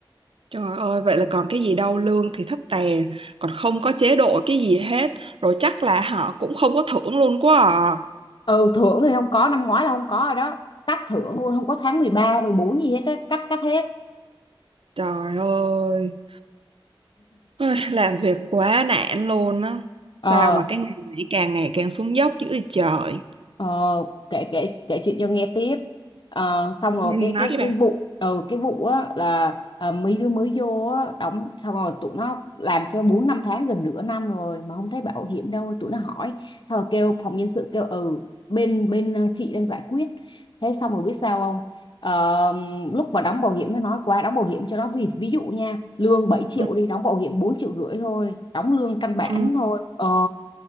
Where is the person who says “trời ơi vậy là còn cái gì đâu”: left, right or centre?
Right